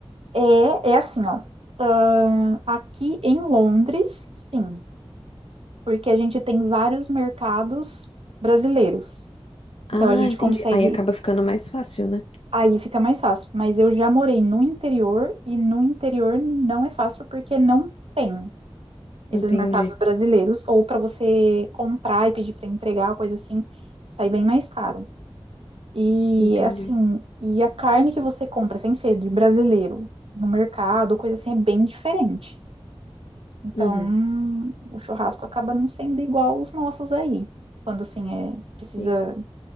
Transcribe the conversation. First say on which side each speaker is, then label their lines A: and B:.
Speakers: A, on the right; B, on the left.
A: É, é assim, ó. ahn, aqui em Londres, sim, porque a gente tem vários mercados brasileiros. Então
B: Ah,
A: a gente
B: entendi.
A: consegue
B: Aí acaba ficando mais fácil, né?
A: Aí fica mais fácil. Mas eu já morei no interior e no interior não é fácil porque não tem esses
B: Entendi,
A: mercados brasileiros. Ou para você comprar e pedir para entregar, coisa assim, sai bem mais caro. E
B: entendi.
A: assim, e a carne que você compra sem ser de brasileiro no mercado, coisa assim, é bem diferente. Então,
B: Uhum,
A: o churrasco acaba não sendo igual os nossos aí. Quando assim, é, precisa
B: sim,